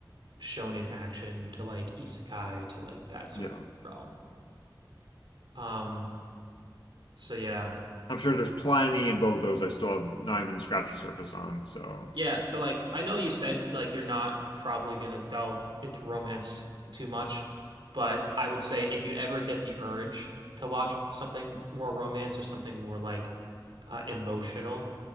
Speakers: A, on the right; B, on the left.
A: shonen action to like isekai to like that sort
B: yeah.
A: of realm. Um, so yeah.
B: I'm sure there's plenty in both those. I still have not even scratched the surface on. So
A: Yeah, so like I know you said like you're not probably gonna delve into romance too much, but I would say if you ever get the urge to watch something more romance or something more like uh, emotional,